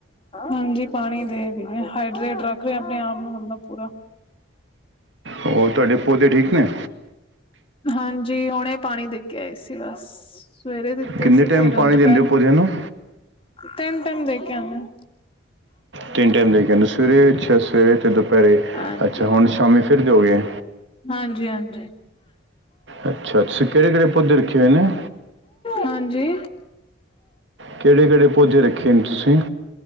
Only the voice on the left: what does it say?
ਹਾਂਜੀ ਪਾਣੀ ਦੇ ਪੀਵੇ, ਹਾਈਡਰੇਟ ਰੱਖ ਰਹੇ ਆਪਣੇ ਆਪ ਨੂੰ ਮਤਲਬ ਪੂਰਾ।
ਹਾਂਜੀ ਹੁਣੇ ਪਾਣੀ ਦੇ ਕੇ ਆਈ ਸੀ ਬਸ, ਸਵੇਰੇ ਦਿੱਤੇ
ਸੀ
ਫੇਰ ਹੁਣ
ਦੁੱਪ
ਤਿੰਨ ਟਾਈਮ ਦੇ ਕੇ ਆਨੇ
ਆ।
ਹਾਂਜੀ,
ਹਾਂਜੀ-ਹਾਂਜੀ।
ਹਾਂਜੀ?